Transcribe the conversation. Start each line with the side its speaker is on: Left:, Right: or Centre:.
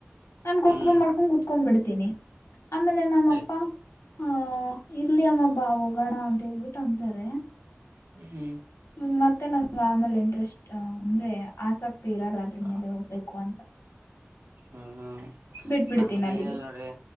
Left: ನಾನ್ ಕೋಪ
Right: ಹ್ಮ್
Left: ಮಾಡ್ಕೊಂಡ್ ಕುತ್ಕೊಂಡ್ ಬಿಡ್ತೀನಿ ಆಮೇಲೆ ನಮ್ಮಪ್ಪಾ
Right: ಆಯ್ತು
Left: ಅಹ ಇಲ್ಲಿ ಅಮ್ಮ ಬಾ ಒಗಣ ಅಂತ ಹೇಳ್ಬಿಟ್ಟು ಅಂತಾರೆ
Right: ಹ್ಮ ಹ್ಮ್
Left: ಹ್ಮ ಮತ್ತೆ ನಂಗೆ ಆಮೇಲೆ ಇಂಟ್ರೆಸ್ಟ್ ಅಂದ್ರೆ ಆಸಕ್ತಿ ಇರಲ್ಲ ಅದ್ರ
Right: ಹ
Left: ಮೇಲೆ ಹೋಗ್ಬೇಕು ಅಂತ
Right: ಹ್ಮ್ ಹ್ಮ್
Left: ಬಿಟ್ಬಿಡ್ತೀನಿ
Right: ನಮಗ
Left: ಅಲ್ಲಿಗೆ
Right: ಏನಲ್ ನೋಡ್ರಿ